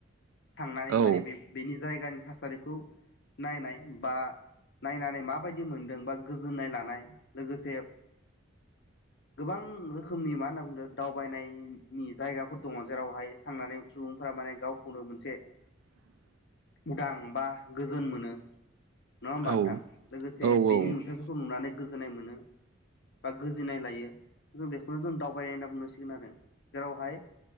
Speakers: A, on the left; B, on the right.
A: थांनानै
B: औ
A: माने बे बेनि जायगानि थासारिखौ नायनाय बा। नायनानै माबायदि मोनदों बा गोजोननाय लानाय लोगोसे गोबां रोखोमनि मा होनना बुंदों दावबायनायनि जायगाफोर दङ जेरावहाय थांनानै सुबुंफोरा माने गावखौनो मोनसे
B: <inaudible>
A: उदां बा गोजोन मोनो नङा होमबा
B: औ
A: नोंथां लोगोसे
B: औ औ
A: बेनि नुथाइफोरखौ नुनानै गोजोननाय मोनो बा गोजोननाय लायो जों बेखौनो जों दावबायनाय होनना बुंनसिगोन आरो जेरावहाय